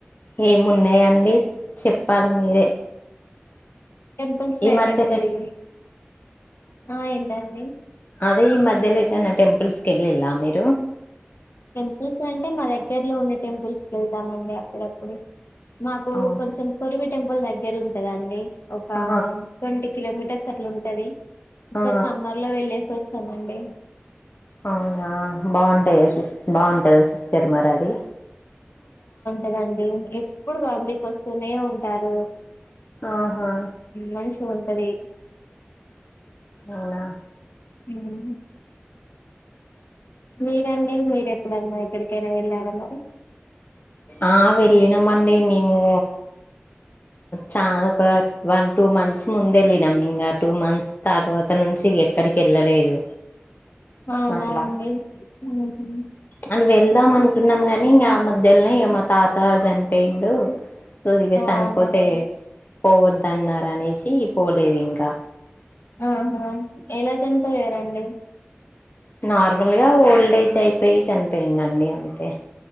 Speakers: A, on the left (about 50°); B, on the left (about 65°).
A: ఏమున్నాయండి చెప్పాలి మీరే
B: టెంపుల్స్ లో
A: ఈ
B: ఎక్కడ
A: మధ్యలో
B: అది
A: ఎట్
B: ఆ ఏంటండి
A: అదే ఈ మధ్యలో ఎటైన టెంపుల్స్ కి ఏలిల్లా మీరు
B: టెంపుల్స్ అంటే మా దగ్గరలో ఉన్న టెంపుల్స్ కి ఎళ్తామండి అప్పుడప్పుడు మాకు
A: అవునా
B: కొంచెం పోరివి టెంపుల్ దగ్గర ఉంటదండి ఒక
A: ఆ
B: ట్వంటీ కిలోమీటర్స్ అట్ల ఉంటది
A: ఆ
B: సరి సమ్మర్ లో వెళ్ళేసోచ్చామండి
A: అవునా బాగుంటాయ సిస్ బాగుంటదా సిస్టర్ మరి అది
B: కదండి ఎప్పుడు బబ్లిక్ వస్తూనే ఉంటారు
A: ఆహా
B: మంచిగుంటది
A: అవునా
B: హ్మ్ మీరండి మీరేప్పుడన్నా ఎక్కడికైనా వెళ్ళారా మరి
A: ఆ వెళ్ళినమండి మేము చాన ఒక వన్ టూ మంత్స్ ముందేళ్ళినం ఇంకా టూ మంత్స్ తర్వాత నుంచి ఎక్కడికి ఎళ్ళలేదు
B: అవునా
A: అట్ల
B: అండి ఉహు.
A: అని వెళ్దాం అనుకున్నాం గాని ఇంగ అమ్ మధ్యలనే ఇగ మా తాత చనిపోయిండు సో ఇగ
B: అవునా
A: చనిపోతే
B: అండి
A: పోవద్దన్నారనేసి పోలేదు ఇంకా
B: అహ చనిపోయారా అండి
A: నార్మల్గా ఓల్డ్ ఏజ్ అయిపోయి చనిపోయిండండి అంతే